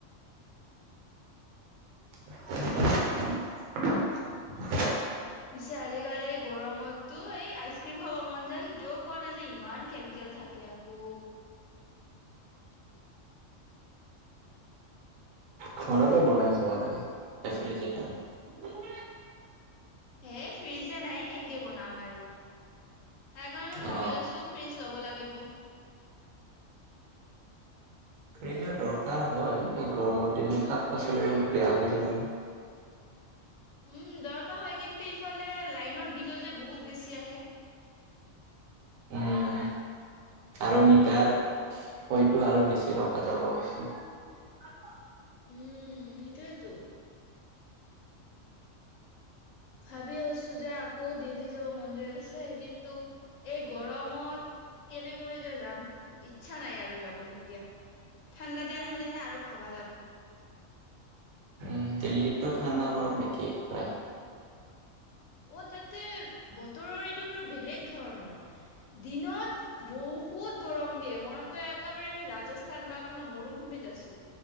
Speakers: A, on the right; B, on the left.
A: অ
B: পিছে আজিকালি গৰমতটো এই আইচক্ৰিম খাব মন যায় সিটোও খোৱা নাযায় ইমান কেমিকেল থাকে আকৌ
A: ঘৰতে বনাই চাব লাগে ৰেফ্ৰিজেৰেটৰত
B: হে ফ্ৰিজে নাই কেনেকে বনাম আৰু সেই কাৰণে
A: অ
B: ভাবি আছো ফ্ৰিজ লব লাগে লাগিব
A: ফ্ৰিজৰ দৰকাৰ হয় গৰমৰ দিনত শাক পাচলিবোৰ বেয়া হৈ যায়
B: উম দৰকাৰ হয় কিন্তু ইফালে লাইনৰ বিল যে বহুত বেছি আহে
A: উম আৰু মিটাৰ হয়তো আৰু বেছি ৰখা যাব হৈছে
B: উম সেইটোয়েতো ভাবি আছো যে আকৌ দিল্লী যাব মন যায় আছে কিন্তু এই গৰমত কেনেকৈ যে যাম ইচ্ছা নাই আৰু যাব এতিয়া ঠাণ্ডা দিন আহিলেহে আৰু ভাবা যাব
A: উ দিল্লীতো ঠাণ্ডা গৰম একেই প্ৰায়
B: অ তাতে বতৰৰ এইটো পুৰা বেলেগ ধৰণৰ দিনত বহুত গৰম দিয়ে মনতকৈ এক একেবাৰে আমি ৰাজস্থান বা কোনো মৰুভূমি আছো